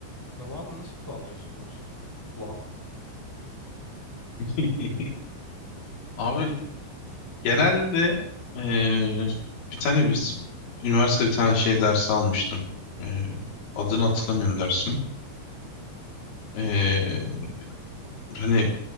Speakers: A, in the centre; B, on the left (about 75°).
A: Zamanı nasıl planlıyorsun Umut? Plan.
B: <laughs> Abi genelde eee, bir tane biz üniversitede bir tane şey dersi almıştım. Eee, adını hatırlamıyorum dersin. Eee, hani